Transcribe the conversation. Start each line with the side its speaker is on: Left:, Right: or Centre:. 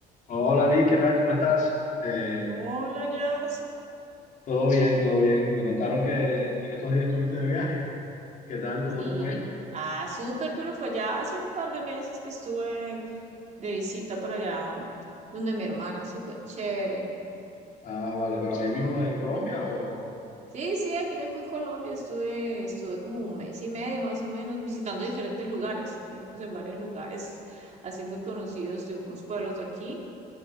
Left: Hola Liz, ¿qué tal? ¿Cómo estás? Eh,
Right: Hola, Jazz.
Left: todo bien, todo bien. Me contaron que, que en estos días estuviste de viaje. ¿Qué tal? ¿Cómo
Right: Sí.
Left: te fue?
Right: Ah, súper, pero fue ya hace un par de meses que estuve de visita por allá um, donde mi hermana, súper chévere.
Left: Ah, vale, pero ahí mismo en Colombia o...
Right: Sí, sí, aquí mismo en Colombia estuve, estuve como un mes y medio más o menos visitando diferentes lugares. Estuvimos en varios lugares así muy conocidos de unos pueblos de aquí